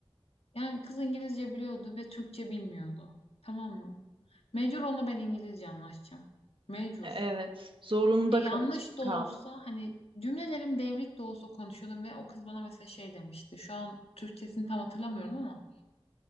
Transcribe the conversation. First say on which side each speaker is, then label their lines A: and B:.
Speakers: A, on the left; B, on the right.
A: Yani kız İngilizce biliyordu ve Türkçe bilmiyordu. Tamam mı? Mecbur onunla ben İngilizce anlaşacağım. Mecbur.
B: Evet. Zorunda
A: E, yanlış
B: kalacak
A: da
B: kaldım.
A: olsa hani cümlelerim devrik de olsa konuşuyordum ve o kız bana mesela şey demişti. Şu an Türkçesini tam hatırlamıyorum ama